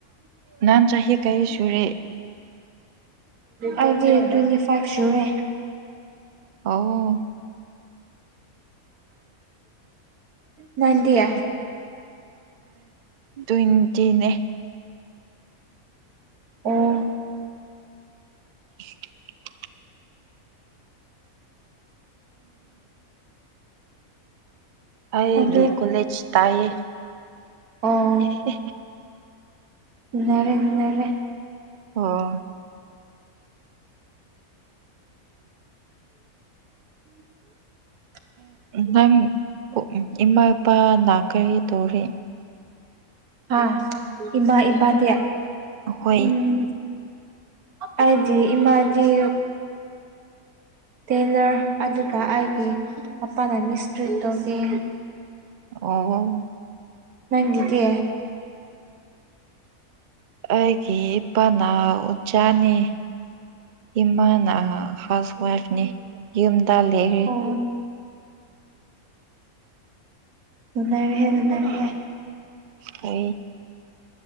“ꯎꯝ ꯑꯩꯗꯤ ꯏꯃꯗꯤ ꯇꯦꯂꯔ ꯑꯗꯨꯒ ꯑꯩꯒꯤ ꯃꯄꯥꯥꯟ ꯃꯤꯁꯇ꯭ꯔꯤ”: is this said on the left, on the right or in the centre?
Right